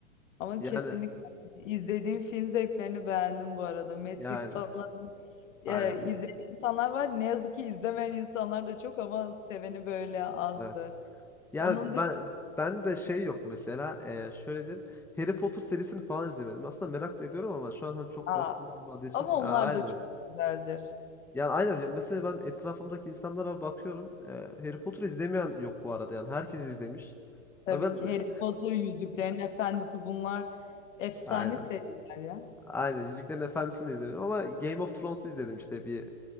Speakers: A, on the left; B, in the centre.
A: Ama
B: Yani
A: kesinlikle izlediğim film zevklerini beğendim bu arada. Matrix
B: yani
A: falan e,
B: aynen.
A: izleyen
B: ya-
A: insanlar var. Ne yazık ki izlemeyen insanlar da çok ama seveni böyle azdır.
B: Evet. Yani
A: Onun dışında
B: ben ben de şey yok mesela e, şöyle diyeyim Harry Potter serisini falan izlemedim. Aslında merak da ediyorum ama şu an hani çok
A: Aa,
B: vaktim olmadığı için
A: ama
B: ya,
A: onlar
B: aynen.
A: da çok güzeldir.
B: Yani aynen mesela ben etrafımdaki insanlara bakıyorum. Ee, Harry Potter izlemeyen yok bu arada yani herkes izlemiş.
A: Tabii
B: Ya ben
A: ki
B: e,
A: Harry Potter, Yüzüklerin Efendisi bunlar efsane
B: aynen.
A: seriler ya.
B: Aynen Yüzüklerin Efendisi'ni de izlemedim ama Game of Thrones'u izledim işte bir